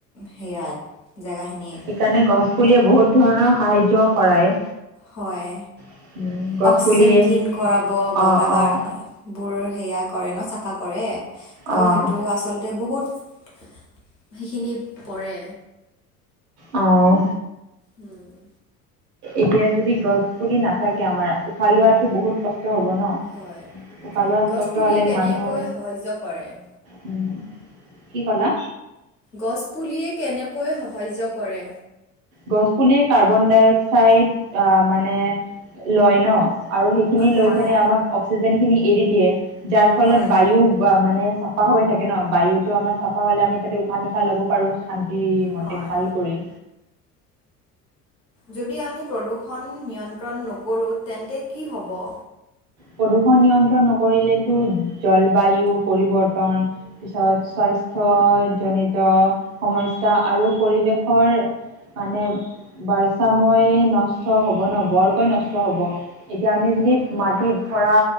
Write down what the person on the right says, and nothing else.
সেইকাৰণে গছ পুলিয়ে বহুত ধৰণৰ সাহাৰ্য্য কৰায়।
উম, গছ
পুলিয়ে
অঁ
অঁ
অঁ
অহ।
এতিয়া যদি গছ পুলি নাথাকে আমাৰ উশাহ লোৱাতো বহুত কষ্ট হব ন,
' উশাহ লোৱাত
কষ্ট
হলে
মানুহ
উম, ' কি কলা?
গছ পুলিয়ে কাৰ্বন ডাই অক্সাইড আহ' মানে লয় ন'। আৰু সেইখিনি
লৈ পিনে আমাক অক্সিজেনখিনি এৰি দিয়ে যাৰ ফলত
বায়ু যা মানে চাফা হৈ থাকে ন', বায়ুতো আমাৰ চাফা হ'লে আমি তাতে উশাহ নিশাহ ল'ব পাৰোঁ, শান্তিমতে
ভাল কৰি।
প্ৰদূষণ নিয়ন্ত্ৰণ নকৰিলেতো জলবায়ু পৰিৱৰ্তন পিছত স্বাস্থ্যজনিত সমস্যা আৰু পৰিৱেশৰ মানে বাৰছাময় নষ্ট হ'ব ন', বৰকৈ নষ্ট হ'ব। এতিয়া আমি যদি মাটিত ধৰা,